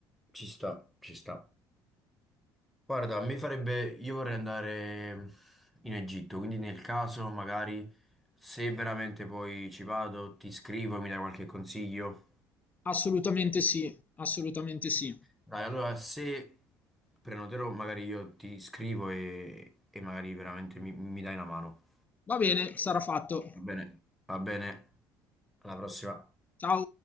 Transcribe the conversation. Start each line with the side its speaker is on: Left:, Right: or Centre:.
Centre: ci sta, ci sta. Guarda, a me farebbe, io vorrei andare in Egitto, quindi nel caso magari se veramente poi ci vado, ti scrivo e mi dai qualche consiglio.
Left: Assolutamente sì, assolutamente sì.
Centre: Dai, allora se prenoterò magari io ti scrivo e, e magari veramente mi, mi dai una mano.
Left: Va bene, sarà fatto.
Centre: Va bene, va bene, alla prossima.
Left: Ciao.